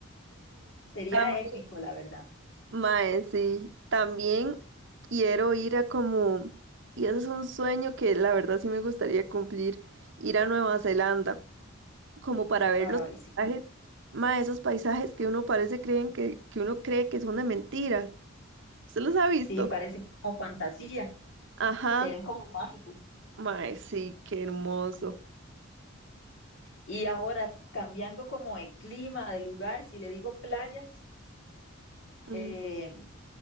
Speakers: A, on the left (about 60°); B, on the right (about 60°).
A: Sería
B: <laughs> También.
A: épico, la verdad.
B: Mae, sí, también quiero ir a como, y eso es un sueño que la verdad sí me gustaría cumplir, ir a Nueva Zelanda, como para ver
A: Ay,
B: los
A: sí.
B: paisajes, mae, esos paisajes que uno parece creen que, que uno cree que son de mentira. ¿Usted los ha visto?
A: Sí, parecen como fantasía,
B: Ajá,
A: se ven como mágicos.
B: mae, sí, qué hermoso.
A: Y ahora, cambiando como de clima, de lugar, si le digo playas,
B: Mm,
A: eh,